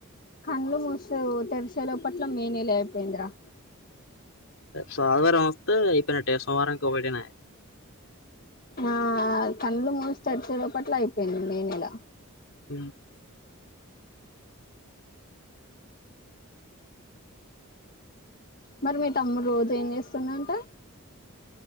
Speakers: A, on the left; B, on the left.
A: కండ్లు మూస తెరిసేలో పట్ల మేయిన్ెలే అయిపోయిందరా
B: సధ వర అస్త ఈ ప నెట్టే సోవారం కోబడీన్య
A: ఆ కండ్లు మూసి తెరిసే లోపట్ల అయిపోయింది మే నెల
B: అ
A: మరి మీ తమ్ముడు రోజు ఏం జేస్తుండంట